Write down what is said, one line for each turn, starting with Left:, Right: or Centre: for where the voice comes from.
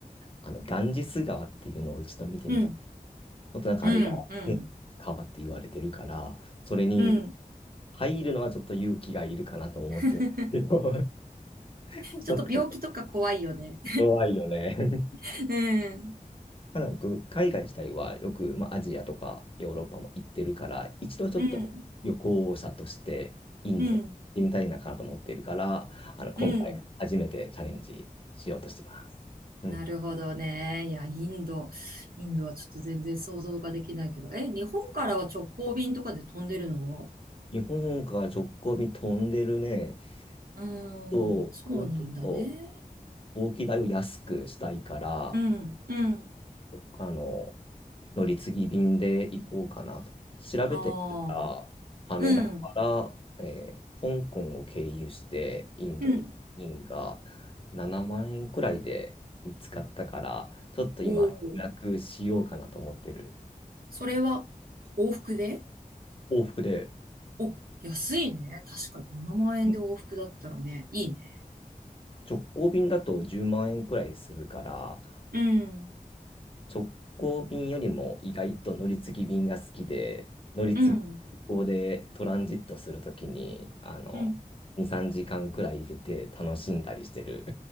Left: あの、ガンジス川っていうのを一度見てみたい。
Right: うん、
Left: ちょっとなんかあれが
Right: うん、うん、
Left: 川って言われてるから、それに、
Right: うん。
Left: 入るのはちょっと勇気がいるかなと思って。
Right: <laughs>
Left: けど <laughs> ちょっと
Right: ちょっと病気とか怖いよね。
Left: 弱いよね。<laughs>
Right: <laughs> うん、
Left: ただ僕、海外自体はよく、まあ、アジアとかヨーロッパも行ってるから、一度ちょっと旅行者としてインドに行ってみたいなかなと思っているから、
Right: うん、うん、
Left: あの、今回初めてチャレンジしようとしてます。
Right: うん。
Left: うん。
Right: なるほどね。いや、インド。インドはちょっと全然想像ができないけど。え、日本からは直行便とかで飛んでるの
Left: 日本から直行便飛んでるね、
Right: うー
Left: と空港と
Right: ん、そうなんだね。
Left: 飛行機代を安くしたいから、
Right: うん、うん。
Left: あの、乗り継ぎ便で行こうかなと。調べてみたら、
Right: ああ、
Left: 羽田から、
Right: うん、
Left: えー香港を経由してインドに、
Right: うん。
Left: 便が7万円くらいで見つかったから、ちょっと今、
Right: おお、
Left: 予約しようかなと思ってる。
Right: それは往復で
Left: 往復で、
Right: お、安いね。確かに7万円で往復だったらね、
Left: うん
Right: いいね。
Left: 直行便だと10万円くらいするから、
Right: うん、
Left: 直行便よりも意外と乗り継ぎ便が好きで、乗り継ぎ
Right: うん、
Left: 便でトランジットするときに、あの、
Right: うん。
Left: 2、3時間くらい出て楽しんだりしてる。